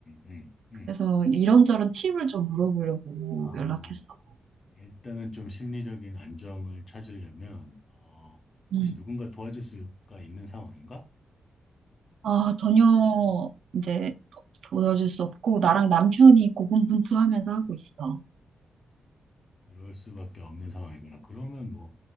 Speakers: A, on the left (about 45°); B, on the right (about 75°).
A: 음, 음.
B: 그래서 이런저런 팁을 좀 물어보려고
A: 아,
B: 연락했어.
A: 일단은 좀 심리적인 안정을 찾으려면, 어, 혹시
B: 음.
A: 누군가 도와줄 수가 있는 상황인가?
B: 아, 전혀 이제 도와줄 수 없고, 나랑 남편이 고군분투하면서 하고 있어.
A: 그럴 수밖에 없는 상황이구나. 그러면 뭐,